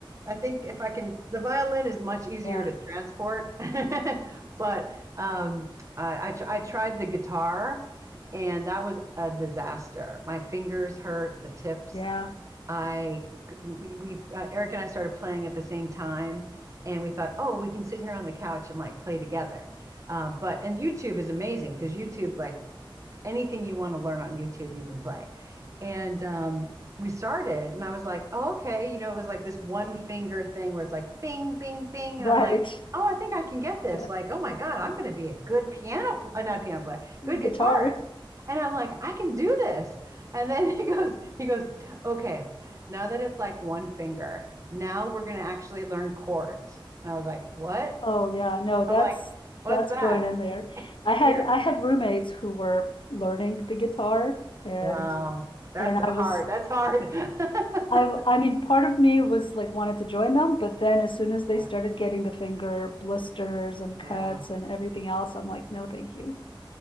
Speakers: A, on the right; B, on the left.
A: I think if I can, the violin is much easier
B: Yeah.
A: to transport, <laughs> but um, I, I, tr- I tried the guitar and that was a disaster. My fingers hurt, the tips.
B: Yeah.
A: I we, we uh, Eric and I started playing at the same time, and we thought, oh, we can sit here on the couch and like play together. Uh, but and YouTube is amazing because YouTube like anything you want to learn on YouTube, you can play. And um, we started, and I was like, oh, okay. You know, it was like this one finger thing where it's like bing, bing, bing.
B: Right.
A: And I'm like, oh, I think I can get this.
B: Yeah.
A: Like, oh my God, I'm going to be a good piano, pl- uh, not a piano player, good guitarist.
B: Guitar.
A: And I'm like, I can do this. And then <laughs> he goes, he goes, okay, now that it's like one finger, now we're going to actually learn chords. And I was like, what?
B: Oh yeah, no, that's
A: I'm like, what's
B: that's
A: that?
B: going in there. I had
A: Yeah.
B: I had roommates who were learning the guitar and
A: Wow. That's
B: and I
A: hard.
B: was
A: That's hard.
B: I
A: <laughs>
B: I mean part of me was like wanted to join them, but then as soon as they
A: Yeah,
B: started getting the finger blisters and cuts
A: yeah.
B: and everything else, I'm like, no, thank you.